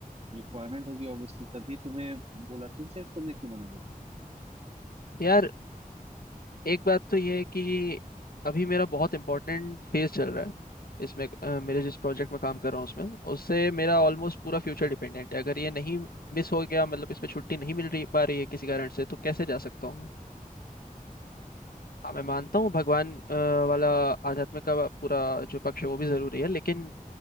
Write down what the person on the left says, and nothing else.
यार एक बात तो ये है कि अभी मेरा बहुत इंपॉर्टेंट फेज चल रहा है इसमें अ, मेरे जिस प्रोजेक्ट में काम कर रहा हूँ उसमें उससे मेरा ऑलमोस्ट पूरा फ्यूचर डिपेंडेंट है अगर ये नहीं मिस हो गया मतलब इसमें छुट्टी नहीं मिल रही पा रही है किसी कारण से तो कैसे जा सकता हूँ मैं हाँ मैं मानता हूँ भगवान अ, वाला आध्यात्म का पूरा जो पक्ष है वो भी ज़रूरी है लेकिन